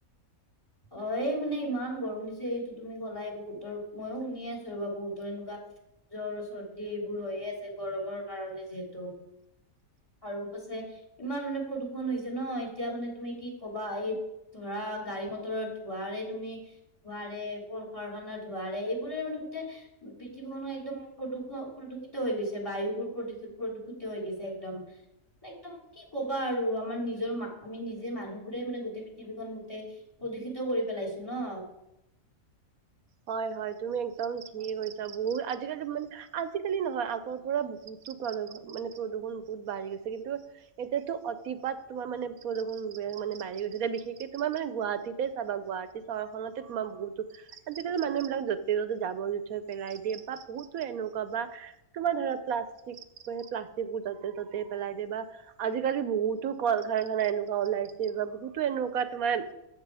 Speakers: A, on the left; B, on the right.
A: অ', এই মানে ইমান গৰম দিছে, এইটো তুমি ক বহুতৰ মইয়ো শুনি আছো ৰ'বা বহুতৰ এনেকুৱা। জ্বৰ, চৰ্দি এইবোৰ হৈয়ে আছে, গৰমৰ কাৰণে যিহেতু। আৰু পাছে ইমান মানে প্ৰদূষণ হৈছে ন, এতিয়া মানে তুমি কি কবা এই ধৰা গাড়ী-মটৰৰ ধোৱাৰে তুমি ধোৱাঁৰে, কল-কাৰখানাৰ ধোৱাঁৰে, এইবোৰে মানে গোটে পৃথিৱীখনো একদম প্ৰদূষ প্ৰদূষিত হৈ গৈছে, বায়ুবোৰ প্ৰদূষিত প্ৰদূষিত হৈ গৈছে একদম। একদম। কি ক'বা আৰু, আমাৰ নিজৰ আমি নিজে, মানুহবোৰেই মানে গোটেই পৃথিৱীখন গোটেই প্ৰদূষিত কৰি পেলাইছো ন।
B: হয়, হয়, তুমি একদম ঠিকে কৈছা, বহুত আজিকালি মানে আজিকালি নহয় পৰা বহুতো প্ৰদূষণ মানে প্ৰদূষণ বহুত বাঢ়ি গৈছে। কিন্তু এটোতো, অতিপাত তোমাৰ মানে প্ৰদূষণ, মানে বাঢ়ি গৈছে বিশেষকে তোমাৰ মানে গুৱাহাটীত চাবা, গুৱাহাটী চহৰখনতে তোমাৰ বহুতো আজিকালি মানুহ বিলাক, য'তে-ত'তে জাঁবৰ-জোথঁৰ পেলাই দিয়ে বা বহুতো এনেকুৱা বা। তোমাৰ ধৰা, প্লাষ্টিক মানে প্লাষ্টিক বোৰ য'তে-ত'তে, পেলাই দিয়ে, বা আজিকালি বহুতো কল কাৰখানা এনেকুৱা ওলাইছে, বা বহুতো এনেকুৱা তোমাৰ